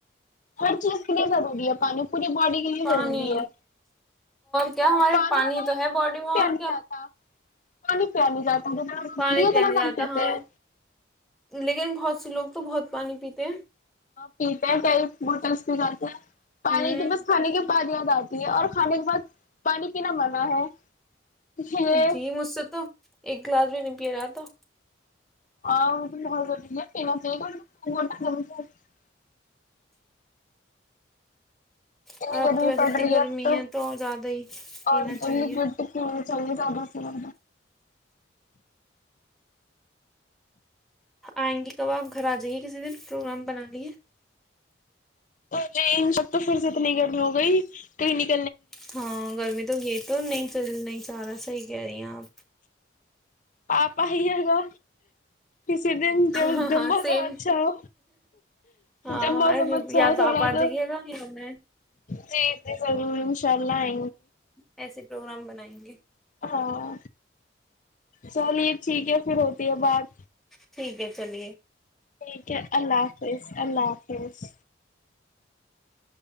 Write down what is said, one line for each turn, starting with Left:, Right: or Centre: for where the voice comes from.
Left: ہر چیز کے لیے ضرور پیا پانی پوری باڈی کے لیے
Centre: پانی
Left: ضروری ہے
Centre: کیا
Left: اور
Centre: ہمارے
Left: پانی بتائے
Centre: تو ہے
Left: گا
Centre: باڈی
Left: پانی
Centre: میں اور
Left: پنے
Centre: کیا
Left: ج پانی پیا نہیں جاتا ضروری
Centre: پانی
Left: ہے اتنا
Centre: پیا نہیں جاتا
Left: کم پیتے
Centre: ہاں
Left: ہیں
Centre: لیکن بہت لوگ تو بہت پانی پیتے ہیں
Left: پیتا ائ موٹرس بھی جاتتا ہے پانی
Centre: ہ
Left: تو بس کھانے کے پادیاں ج آتی ہے اور کھانے کے بعد پانی پینا منانا ہے یہ
Centre: جی مجھ سے تو ایک گلاس بھی نہیں پی رہا تھا
Left: آ ب کرے پ گ ان
Centre: اور اب
Left: ادمی
Centre: تو ویسے
Left: پڑ
Centre: اتنی
Left: رہ
Centre: گرمی
Left: ات
Centre: ہے تو زیادہ ہی پینا
Left: اور
Centre: چاہیے
Left: دڈ ت ج جا س لا
Centre: آئیں گی کبابپ گھر آ جی کسی دن پروگرام بناانی ہے
Left: تو جی ان سب تو پھر سے اتنی گرمی ہو گئی کہیں ن
Centre: ہاں گرمی تو گ تو نہیں چ نہیں سارا صحیح کہہ رہی ہیں آپ
Left: پپا ہی ہے گا اسی دن
Centre: ہاں ہاں
Left: موسم
Centre: سیم
Left: اچھا ہو
Centre: ہاں
Left: گ موسم اچھا
Centre: یا
Left: ہو تھوڑا
Centre: آپ آ
Left: تو
Centre: جائیے گا یا میں
Left: جی جی ض ان شاء اللہئ
Centre: ایسے پروگرام بنائیں گے
Left: ہاں چلیے ٹھیک ہے پھر ہوتی ہے بات
Centre: ٹھیک ہے چلیے
Left: ٹھیک ہے اللہ حافظ اللہ حافظ